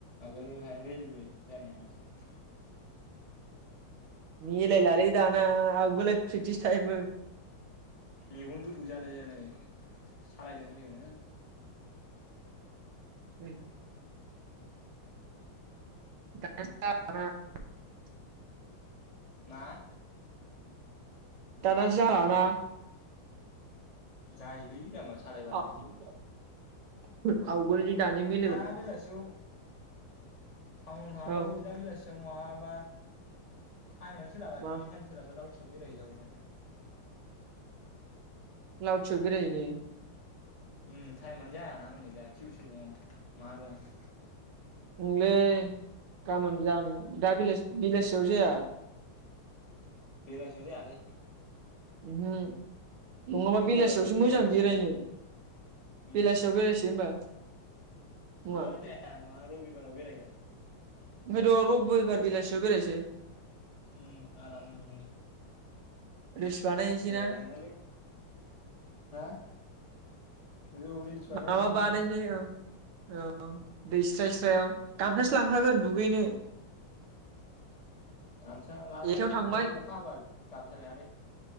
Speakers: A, on the left (about 30°); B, on the right (about 80°).
A: आगोलोहाय रिेलि जानायाव।
B: मिलायलालै दाना आवगोलो फ्रिकटिस थायोमोन।
A: मेगन गोथौ जालाय लायनाय सालायदोंमोन जोङो।
B: <inaudible> <unintelligible>
A: मा?
B: दाना जालाना।
A: जायोलै जाम्बा।
B: <unintelligible>
A: सालायबानो
B: <inaudible> दानि मिलायबाव
A: दा बेलासेयाव थावनाव थाङाबाबो
B: औ
A: दाबिलासि याव माबाबा टाइमआनो सोलाबालै
B: मा
A: टाइम सोलाबा लावथि सफ बेरायहैजागौमोन
B: लावथिआव बेरायहैनो
A: उम टाइमानो जायाना हनै दा टिउसन दङ मा दं
B: उंलै गामोन जानो दा बिलासि बिलासि जावजाया
A: बेलासियाव जायालै
B: ओहो नङाबा
A: रबिबारावसो
B: बेलासियावसो
A: बेरायहैनांसिगोन
B: मोजां बेरायनो
A: उम
B: बेलासियाव बेरायसै होनबा नङा
A: हो जाया मा रबिबाराव बेरायगोन
B: ओंखायथ' रुबबिबारबा बेलासियाव बेरायसै
A: उम आरामनो
B: रिल्स बानायनोसै
A: बेेरायलाहैनांगौलै
B: ना
A: हा औ रिल्स बानायनोसै
B: माबा
A: एसे
B: बानायसै ओ औ दैस्राय स्रायाव गामसासो लांखागोन दुगैनो
A: गामसा लाजायो
B: एकथायाव थांबाय
A: ओमफाय अखा हाबा गामसा लायालै